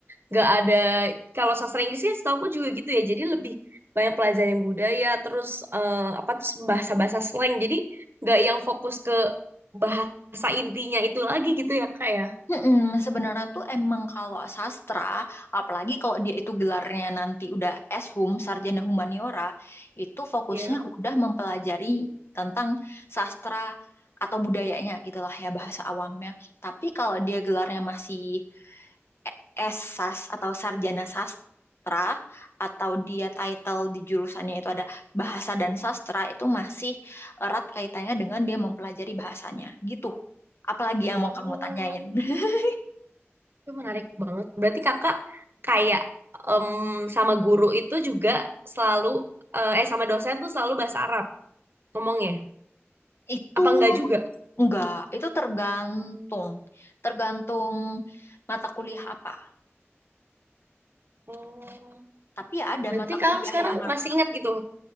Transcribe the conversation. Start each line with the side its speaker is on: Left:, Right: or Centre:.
Right: nggak ada kalau sastra Inggrisnya setahu aku juga gitu ya jadi lebih banyak pelajaran budaya terus eh, apa terus bahasa-bahasa slang jadi nggak yang fokus ke bahasa intinya itu lagi gitu ya kak ya
Left: Mm-mm, sebenarnya tuh emang kalau sastra, apalagi kalau dia itu gelarnya nanti udah S Hum Sarjana Humaniora, itu fokusnya
Right: ya
Left: udah mempelajari tentang sastra atau budayanya gitu lah ya bahasa awamnya. Tapi kalau dia gelarnya masih S Sas atau Sarjana Sastra, atau dia title di jurusannya itu ada Bahasa dan Sastra, itu masih erat kaitannya dengan dia mempelajari bahasanya gitu. Apalagi yang mau
Right: Oh,
Left: kamu tanyain? <laughs>
Right: itu menarik banget berarti kakak kayak em, sama guru itu juga selalu eh eh, sama dosen tuh selalu bahasa Arab ngomongnya
Left: Itu
Right: apa enggak juga
Left: enggak, itu tergantung, tergantung mata kuliah apa.
Right: oh.
Left: Tapi ya ada
Right: berarti
Left: mata
Right: kakak
Left: kuliah
Right: sekarang
Left: yang harus
Right: masih
Left: bisa.
Right: ingat gitu